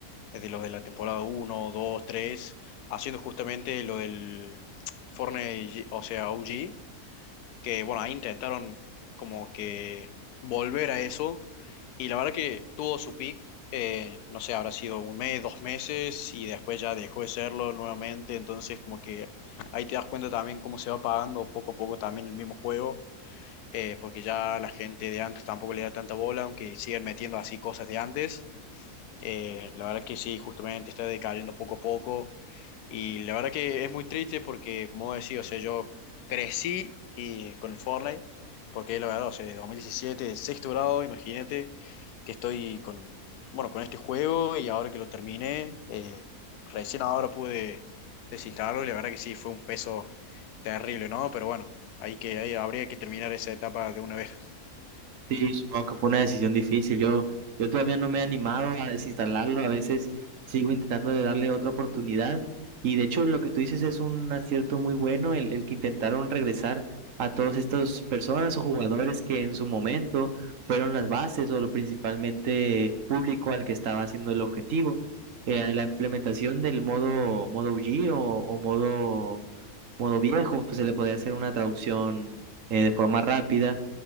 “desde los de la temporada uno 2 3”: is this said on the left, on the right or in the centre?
Left